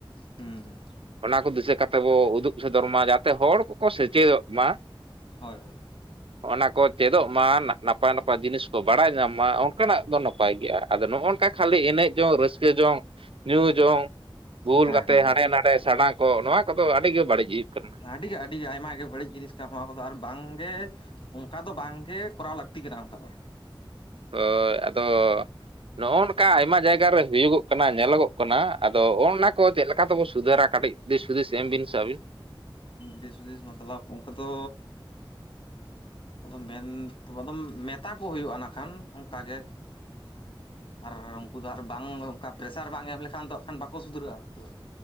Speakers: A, on the left; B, on the right.
A: ᱦᱩᱸ ᱦᱩᱸ
B: ᱚᱱᱟ ᱠᱚ ᱫᱤᱥᱟᱹ ᱠᱟᱛᱮ ᱵᱚ ᱩᱫᱩᱜ ᱥᱚᱫᱚᱨ ᱢᱟ ᱡᱟᱛᱮ ᱦᱚᱲ ᱠᱚᱠᱚ ᱥᱮᱪᱮᱫᱚᱜ ᱢᱟ,
A: ᱦᱳᱭ ᱦᱳᱭ
B: ᱚᱱᱟ ᱠᱚ ᱪᱮᱫᱚᱜ ᱢᱟ ᱱᱟᱯᱟᱭ ᱱᱟᱯᱟᱭ ᱡᱤᱱᱤᱥ ᱠᱚ ᱵᱟᱰᱟᱭ ᱧᱟᱢ ᱢᱟ ᱚᱱᱠᱟᱱᱟᱜ ᱫᱚ ᱱᱟᱯᱟᱭ ᱜᱮᱭᱟ ᱟᱫᱚ ᱱᱚᱜᱼᱚ ᱱᱚᱝᱠᱟ ᱠᱷᱟᱹᱞᱤ ᱮᱱᱮᱡ ᱡᱚᱝ ᱨᱟᱹᱥᱠᱟᱹ ᱡᱚᱝ ᱧᱩ ᱡᱚᱝ ᱵᱷᱩᱞ
A: ᱦᱮᱸ
B: ᱠᱟᱛᱮ
A: ᱦᱮᱸ
B: ᱦᱟᱸᱰᱮ ᱱᱟᱰᱮ ᱥᱮᱰᱟᱝ ᱠᱚᱜ ᱱᱚᱣᱟ ᱠᱚᱫᱚ ᱟᱹᱰᱤᱜᱮ ᱵᱟᱹᱲᱤᱡ ᱦᱩᱭᱩᱜ ᱠᱟᱱᱟ᱾
A: ᱟᱹᱰᱤ ᱜᱮ ᱟᱹᱰᱤ ᱜᱮ ᱟᱭᱢᱟ ᱜᱮ ᱵᱟᱹᱲᱤᱡ ᱡᱤᱱᱤᱥ ᱠᱟᱱᱟ ᱱᱚᱣᱟ ᱠᱚᱫᱚ ᱟᱨ ᱵᱟᱝᱜᱮ ᱚᱱᱠᱟ ᱫᱚ ᱵᱟᱝᱜᱮ ᱠᱚᱨᱟᱣ ᱞᱟᱹᱠᱛᱤ ᱠᱟᱱᱟ ᱚᱱᱠᱟ ᱫᱚ᱾
B: ᱦᱳᱭ ᱟᱫᱚ ᱱᱚᱜᱼᱚ ᱱᱚᱝᱠᱟ ᱟᱭᱢᱟ ᱡᱟᱭᱜᱟ ᱨᱮ ᱦᱩᱭᱩᱜᱚᱜ ᱠᱟᱱᱟ ᱧᱮᱞᱚᱜᱚᱜ ᱠᱟᱱᱟ ᱟᱫᱚ ᱚ ᱚᱱᱟ ᱠᱚ ᱪᱮᱫ ᱞᱮᱠᱟ ᱛᱮᱵᱚ ᱥᱩᱫᱷᱟᱹᱨᱟ ᱾ ᱠᱟᱹᱴᱤᱡ ᱫᱤᱥ ᱦᱩᱫᱤᱥ ᱮᱢ ᱵᱤᱱ ᱥᱮ ᱟᱹᱵᱤᱱ?
A: ᱫᱤᱥ ᱦᱩᱫᱤᱥ ᱢᱚᱛᱞᱚᱵ ᱚᱱᱠᱟ ᱫᱚ᱾ ᱟᱫᱚ ᱢᱮᱱ ᱟᱫᱚᱢ ᱢᱮᱛᱟ ᱠᱚ ᱦᱩᱭᱩᱜᱼᱟ ᱱᱟᱠᱷᱟᱱ ᱚᱝᱠᱟ ᱜᱮ ᱟᱨ ᱩᱱᱠᱩ ᱫᱚ ᱟᱨ ᱵᱟᱝ ᱚᱱᱠᱟ ᱯᱮᱥᱟᱨ ᱵᱟᱝ ᱮᱢ ᱞᱮᱠᱷᱟᱱ ᱫᱚ ᱠᱷᱟᱱ ᱵᱟᱠᱚ ᱥᱩᱫᱷᱩᱨᱟᱹᱜᱼᱟ ᱩᱱᱠᱩ ᱫᱚ᱾